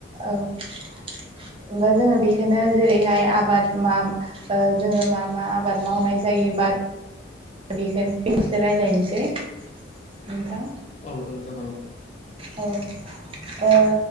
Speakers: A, on the right (about 30°); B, on the left (about 35°).
A: औ ओमबा जोङो बेखौनो जेरैहाय आबाद मा ओ जोङो मा मा आबाद मावनाय जायोबा दा बेखौनो फिन एसे रायज्लायनोसै नोंथां
B: औ औ जागोन औ
A: औ ओ